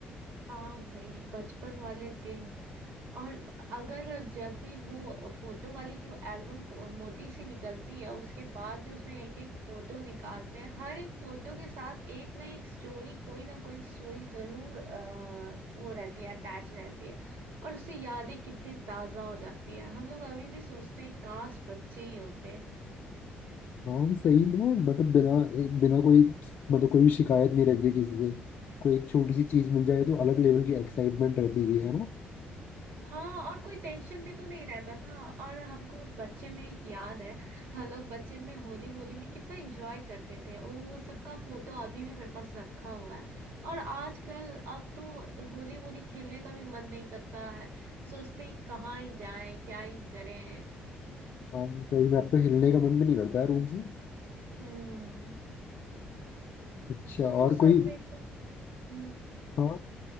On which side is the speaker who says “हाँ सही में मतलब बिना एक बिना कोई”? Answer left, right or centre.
Left